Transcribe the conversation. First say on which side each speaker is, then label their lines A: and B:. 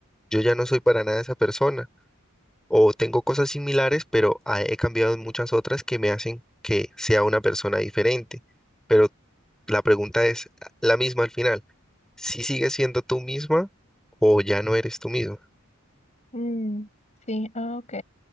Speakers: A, in the centre; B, on the left (about 35°).
A: yo ya no soy para nada esa persona o tengo cosas similares, pero ah, he cambiado en muchas otras que me hacen que sea una persona diferente. Pero la pregunta es la misma al final. ¿Si sigues siendo tú misma o ya no eres tú misma?
B: mm, sí, ah, ok.